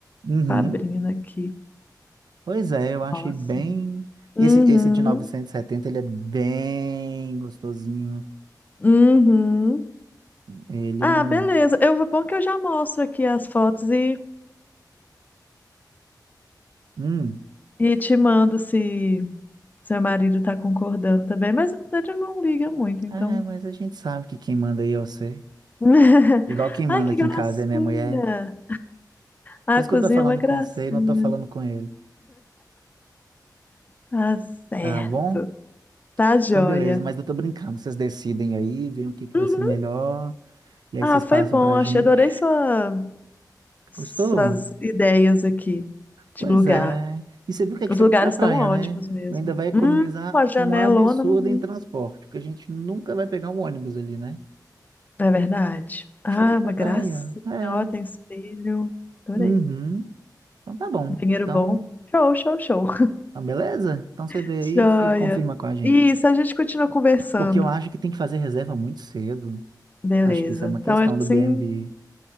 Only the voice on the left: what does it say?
Tá abrindo aqui.
Nossa.
Uhum.
Uhum.
Ah,
beleza. Eu vou bom que eu já mostro aqui as fotos e,
e te mando se seu marido tá concordando também, mas ele não liga muito, então.
<laughs>
Ai, que
gracinha!
A
cozinha
é uma gracinha.
Tá certo.
Tá joia.
Uhum.
Ah,
foi
bom.
Achei,
adorei sua suas
ideias aqui de
lugar.
Os lugares
estão ótimos
mesmo.
Hum, uma janelona,
uhum.
É verdade. Ah,
uma
gracinha.
Ó, tem espelho. Adorei.
Banheiro
bom. Show, show, show.
<laughs>
Joia.
Isso, a gente continua conversando.
Beleza.
Então,
assim,